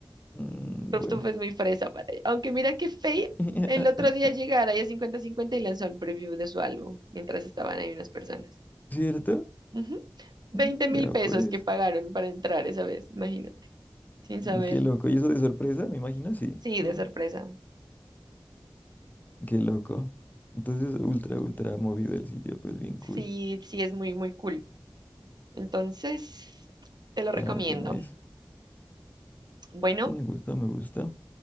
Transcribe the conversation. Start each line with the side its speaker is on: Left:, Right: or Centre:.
Left: Mm,
Right: Rooftop
Left: bueno.
Right: es muy fresa para Aunque mira que Faye
Left: <laughs>
Right: el otro día llegara a cincuenta cincuenta y lanzó el preview de su álbum, mientras estaban ahí unas personas.
Left: ¿Cierto?
Right: Ujú. 20
Left: Mm, Vea
Right: mil pesos
Left: pues.
Right: que pagaron para entrar esa vez, imagínate, sin
Left: Mm,
Right: saber.
Left: Qué loco. ¿Y eso de sorpresa? Me imagino, sí.
Right: Sí,
Left: Mm,
Right: de sorpresa.
Left: Qué loco. Entonces, ultra, ultra movido el sitio, pues bien
Right: Sí,
Left: cool.
Right: sí, es muy, muy cool. Entonces, te lo recomiendo.
Left: Ah, qué nice.
Right: Bueno,
Left: Me gusta, me gusta.